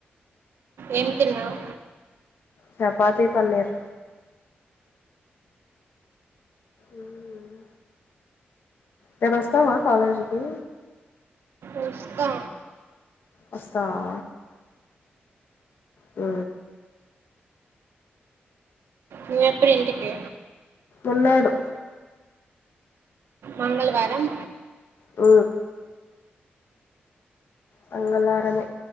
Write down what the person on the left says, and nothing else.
చపాతీ పన్నీర్ ఉమ్ రేపు వస్తావా కాలేజికి
వస్తావా ఊ
ఉండాడు
ఊ మంగళారమే